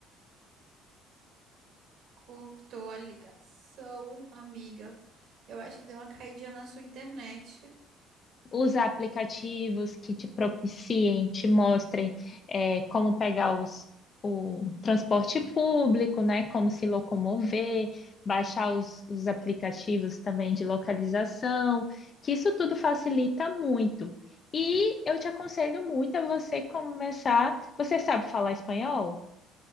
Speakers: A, on the right; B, on the left.
A: Cortou a ligação, amiga. Eu acho que deu uma caidinha na sua internet.
B: usar aplicativos que te propiciem, te mostrem é, como pegar os, o transporte público, né? Como se locomover, baixar os, os aplicativos também de localização, que isso tudo facilita muito. E eu te aconselho muito a você começar. Você sabe falar espanhol?